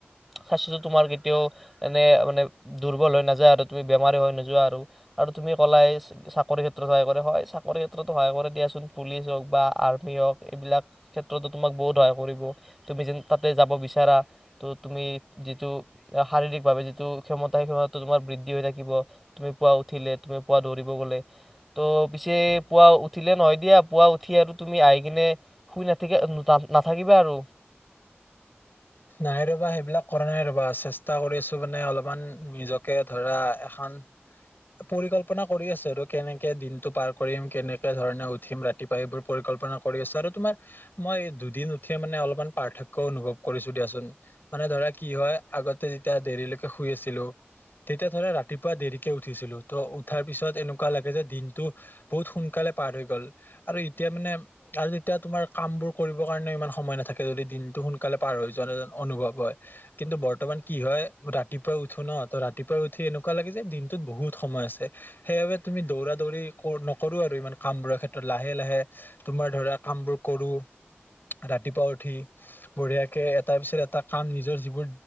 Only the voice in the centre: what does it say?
স্বাস্থ্যটো তোমাৰ কেতিয়াও এনে মানে দুৰ্বল হৈ নাযায় আৰু তুমি বেমাৰি হৈ নোযোৱা আৰু আৰু তুমি ক'লাই চাকৰিৰ ক্ষেত্ৰত সহায় কৰে হয়। চাকৰি ক্ষেত্ৰতো সহায় কৰে দিয়াচোন। পুলিচ হওঁক বা আৰ্মি হওঁক, এইবিলাক ক্ষেত্ৰতো তোমাক বহুত সহায় কৰিব। তুমি জিন তাতে যাব বিচাৰা ত' তুমি যিটো শাৰীৰিক ভাৱে, যিটো ক্ষমতা সেই ক্ষমতাটো তোমাৰ বৃদ্ধি হৈ থাকিব। তুমি পুৱা উঠিলে, তুমি পুৱা দৌৰিব গ'লে, ত' পিছে পুৱা উঠিলে নহয় দিয়া পুৱা উঠি আৰু তুমি আহি কিনে শুই নাথাকি নাথাকিবা আৰু